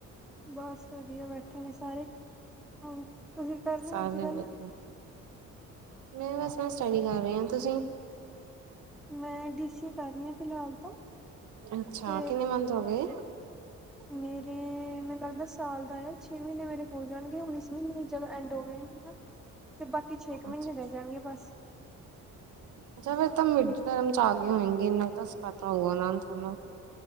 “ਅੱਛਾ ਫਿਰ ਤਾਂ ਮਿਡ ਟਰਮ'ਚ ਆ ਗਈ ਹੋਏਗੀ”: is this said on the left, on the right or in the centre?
Right